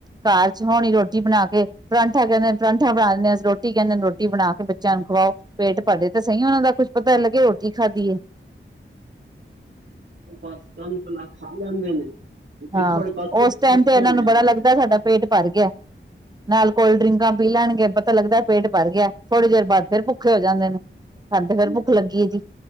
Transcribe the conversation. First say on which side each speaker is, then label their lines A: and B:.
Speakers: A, on the right; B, on the right.
A: ਘਰ ਚ ਹੋਣੀ ਰੋਟੀ ਬਣਾ ਕੇ ਪਰਾਂਠਾ ਕਹਿੰਦੇ ਪਰਾਂਠਾ ਬਣਾ ਦਿੰਨੇ ਰੋਟੀ ਕਹਿੰਦੇ ਰੋਟੀ ਬਣਾ ਕੇ ਬੱਚਿਆਂ ਨੂੰ ਖਵਾਓ ਪੇਟ ਭਰੇ ਤੇ ਸਹੀ ਉਹਨਾਂ ਦਾ ਕੁੱਝ ਪਤਾ ਲੱਗੇ ਰੋਟੀ ਖਾਧੀ ਹੈ।
B: ਬਸ ਗੰਦ ਬਲਾ ਖਾ ਲੈਂਦੇ ਨੇ। ਫਿਰ
A: ਹਾਂ
B: ਥੋੜੇ ਬਸ ਫਿਰ
A: ਉਸ ਟਾਈਮ
B: ਭੁੱਖੇ
A: ਤੇ ਇਹਨਾਂ
B: ਹੋ
A: ਨੂੰ
B: ਜਾਂਦੇ
A: ਬੜਾ ਲੱਗਦਾ
B: ਨੇ
A: ਸਾਡਾ ਪੇਟ। ਭਰ ਗਿਆ ਨਾਲ ਕੋਲਡ ਡਰਿੰਕਾਂ ਪੀ ਲੈਣਗੇ ਪਤਾ ਲੱਗਦਾ ਪੇਟ ਭਰ ਗਿਆ ਥੋੜੀ ਦੇਰ ਬਾਅਦ ਫਿਰ ਭੁੱਖੇ ਹੋ ਜਾਂਦੇ ਨੇ। ਸਾਨੂੰ ਤੇ ਫੇਰ
B: ਉਹ-
A: ਭੁੱਖ ਲੱਗੀ ਹੈ ਜੀ।